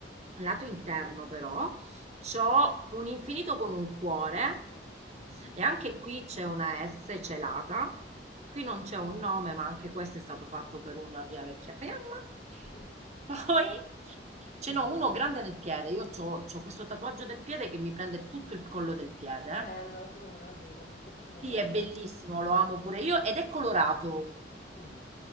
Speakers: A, on the right; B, on the left.
A: lato interno però, C'ho un infinito con un cuore
B: Mhm.
A: e anche qui c'è una S celata. Qui
B: Vabbè,
A: non c'è un nome, ma anche questo è stato fatto per una mia vecchia fiamma.
B: <laughs>
A: Poi ce
B: io
A: n'ho
B: non
A: uno
B: mi nascondo.
A: grande nel piede. Io c'ho, c'ho questo tatuaggio del piede che mi prende tutto il collo del piede.
B: Bello, adoro, adoro, mi piacciono
A: Sì,
B: tanto.
A: è bellissimo, lo amo pure io ed è colorato.
B: Mm.